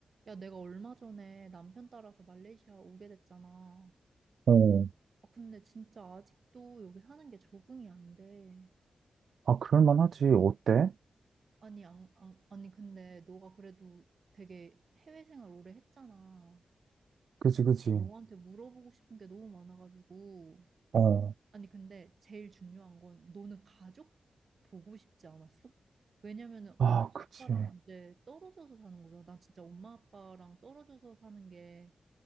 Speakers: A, on the right; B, on the right.
A: 야, 내가 얼마 전에 남편 따라서 말레이시아 오게 됐잖아.
B: 어.
A: 아, 근데 진짜 아직도 여기 사는 게 적응이 안 돼.
B: 아, 그럴만하지.
A: 근데-
B: 어때?
A: 아니, 안, 안, 아니, 근데 너가 그래도 되게 해외 생활 오래 했잖아.
B: 그지, 그지.
A: 너한테 물어보고 싶은 게 너무 많아가지고.
B: 어.
A: 아니, 근데 제일 중요한 건 너는 가족 보고 싶지 않았어? 왜냐면은
B: 아,
A: 엄마
B: 그지.
A: 아빠랑 이제 떨어져서 사는 거잖아. 난 진짜 엄마 아빠랑 떨어져서 사는 게